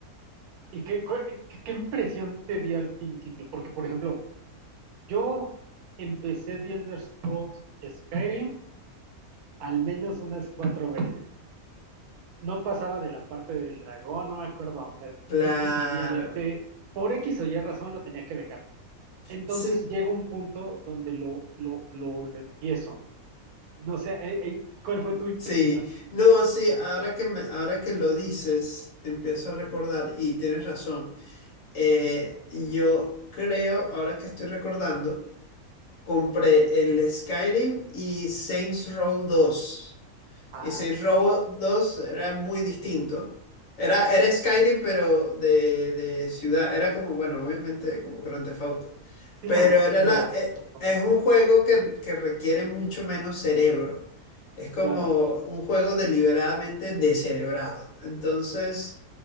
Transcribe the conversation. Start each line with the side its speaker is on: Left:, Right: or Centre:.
Right: ¿Y qué, cu- qué, qué impresión te dio al principio? Porque, por ejemplo, Yo empecé The Elder Scrolls Skyrim al menos unas cuatro veces. No pasaba de la parte del dragón, no me acuerdo, o sea,
Left: Claro.
Right: simple y sencillamente, por X o Y razón lo tenía que dejar. Entonces
Left: Sí,
Right: llega un punto donde lo, lo, lo, lo empiezo. No sé, eh, eh, ¿cuál fue tu impresión?
Left: sí. No, sí, ahora que me, ahora que lo dices, empiezo a recordar y tienes razón. Eh, yo creo, ahora que estoy recordando, compré el Skyrim y Saints Row dos
Right: Ah,
Left: Y Saints Row 2 era muy distinto. Era, era Skyrim, pero de, de ciudad. Era como, bueno, obviamente como Grand Theft Auto.
Right: sí
Left: Pero
Right: lo,
Left: era
Right: sí
Left: la,
Right: lo,
Left: e-
Right: lo conozco.
Left: es un juego que, que requiere mucho menos cerebro. Es como
Right: Claro.
Left: un juego deliberadamente descerebrado. Entonces,